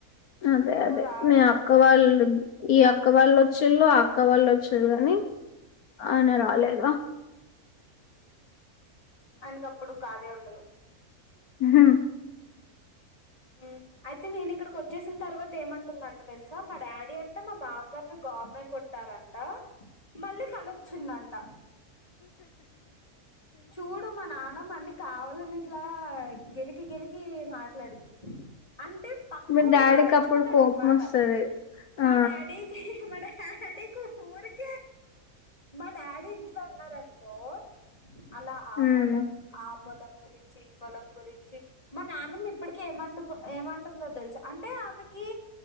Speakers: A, on the left (about 75°); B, on the left (about 25°).
A: అదే
B: ఎక్కువ
A: అదే
B: రారు
A: మీ
B: కూడా
A: అక్క వాళ్ళు ఈ అక్క వాళ్ళు వచ్చేళ్ళు ఆ అక్క వాళ్ళు వచ్చేారు కాని ఆయన రాలేదా
B: ఆయనకప్పుడు కాదే ఉండదు
A: హ
B: హ అయితే నేను ఇక్కడికి వచ్చేసిన తర్వాత ఏమంటుందంట తెలుసా మా డాడీ అంటే మా బావ గారిని గవర్నమెంట్ రారంట మళ్ళీ కలొచ్చిందంట చూడు మా నాన్నమ్మ అన్ని కావాలని ఇట్లా గెలికి గెలికి మాట్లాడిద్ది అంటే పక్కోడు
A: మీ డాడీకి
B: రెచ్చిపోతాడనమాట
A: అప్పుడు కోపం వస్తది
B: మా
A: ఆ
B: డాడీకి మ డాడ్ డాడీ కు వూర్కే మా డాడీ ఇంట్లో ఉన్నారనుకో అలా ఆ
A: ఉమ్
B: పొలం ఆ పొలం గురించి ఈ పొలం గురించి మా నాన్నమ్మ ఇప్పుటికి కి ఏమంట ఏమంటుందో తెలుసు అంటే ఆమెకి